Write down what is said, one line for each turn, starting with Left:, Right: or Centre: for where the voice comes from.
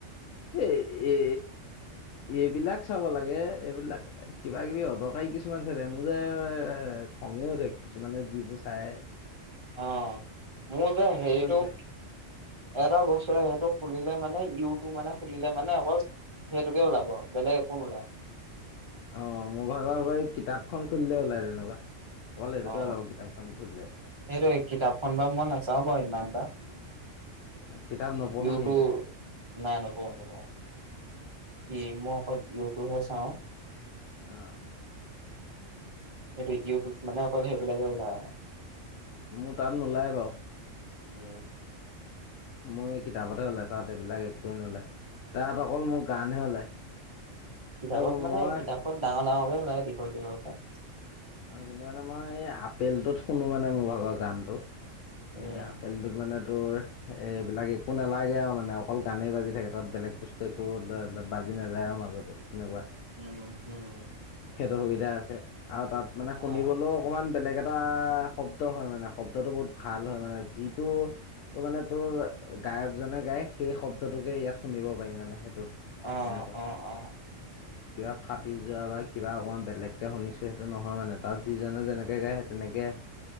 Left: এই এ এইবিলাক চাব লাগে এইবিলাক কিবা কিবি অদকাৰী কিছুমান চে মোৰ যে <unintelligible> খঙে উঠে কিছুমানে যিবোৰ চায়
Right: অ মোৰ যে হেৰিটোক
Left: চাই
Right: এটা বস্তুৰে সেইটো খুলিলে মানে ইউটোব মানে খুলিলে মানে অকল সেইটোকে ওলাব বেলেগ একো নো ওলায়
Left: অ মোৰ ভাগৰ পৰা এই কিতাপখন খুলিলে ওলাই তেনেকুৱা অকল সেইটোকে
Right: অ
Left: ওলাব কিতাপখন খুলিলে
Right: এইটো কিতাপখন বা মই নাচাও বা ইমান তা <unintelligible> <inaudible>
Left: কিতাপ নপঢ়ো
Right: ইউটউ
Left: নি তই
Right: নাইএনেকুৱা নুকুৱা ই মই অকল ইউটোপহে চাওঁ
Left: আহ
Right: সেইটো ইউটিউব মানে অকল সেইবিলাকে ওলায়
Left: মোৰ তাত নোলায় বাৰু
Right: উম
Left: মোৰ এই কিতাপতহে ওলাই তাত এইবিলাক একোৱে নোলায় তাত অকল মোৰ গানহে ওলায়
Right: কিতাপত
Left: ত
Right: মানে
Left: মই
Right: কিতাপত ডাঙৰ ডাঙৰকে ওলাই দীঘল দীঘল কে
Left: অ কিন্তু মানে মই এই আপেলটোত শুনো মানে মোৰ ভাগৰ গানটো
Right: উম।
Left: এ আপেল তোত মানে তো এইবিলাক একো নালাগে আৰু মানে অকল গানেই বাজি থাকে তাত বেলেগ বস্তু একো বাজ আজি নাযায় আৰু মাজতে তেনেকুৱা
Right: উম উম
Left: সেইটো সুবিধা আছে আৰু তাত মানে শুনিবলৈও
Right: অ'
Left: অকণমান ইমান বেলেগ এটা শব্দ হয় মানে শব্দটো বহুত ভাল হয় মানে যিটো তো মানে তোৰ গায়কজনে গাই সেই শব্দটোকে ইয়াত শুনিব পাৰি মানে সেইটোত সেই
Right: অ
Left: তেনেকুৱা
Right: অ অ
Left: কিবা ফাটি যোৱা বা কিবা অকণমান বেলেগকে শুনিছো সেইটো নহয় হয় মানে তাত যিজনে যেনেকে গায় সেই তেনেকে আহে